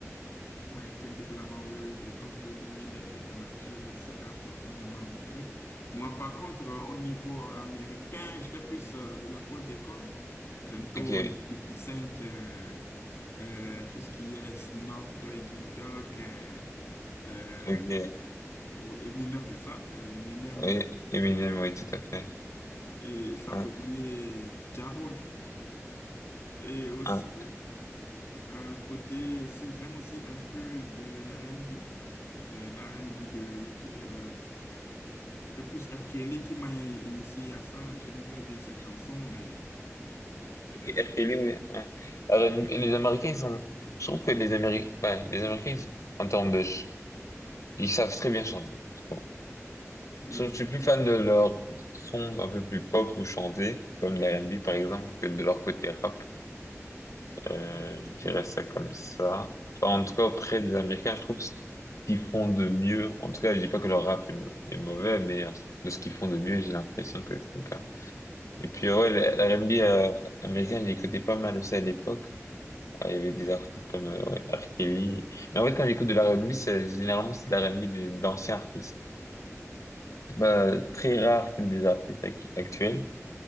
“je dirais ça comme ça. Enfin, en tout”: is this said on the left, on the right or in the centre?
Left